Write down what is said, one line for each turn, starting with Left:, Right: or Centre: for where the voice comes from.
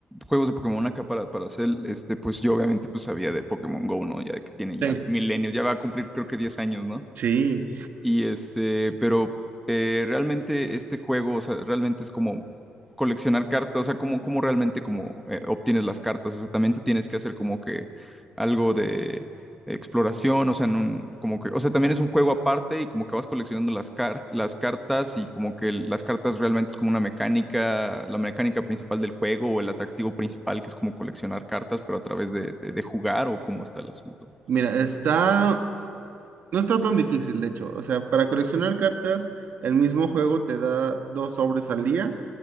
Centre: juegos de Pokémon acá para, para hacer, este, pues yo obviamente pues sabía de Pokémon Go, ¿no? Ya de que tiene ya
Right: Sí.
Centre: milenios, ya va a cumplir creo que 10 años, ¿no?
Right: Sí,
Centre: Y este, pero eh, realmente este juego, o sea, realmente es como coleccionar cartas, o sea, como, como realmente como eh, obtienes las cartas, o sea, también tú tienes que hacer como que algo de exploración, o sea, en un, como que, o sea, también es un juego aparte y como que vas coleccionando las car- las cartas y como que el- las cartas realmente es como una mecánica, la mecánica principal del juego o el atractivo principal que es como coleccionar cartas, pero a través de, de, de jugar o cómo está el asunto.
Right: mira, está, no está tan difícil, de hecho. O sea, para coleccionar cartas, el mismo juego te da dos sobres al día.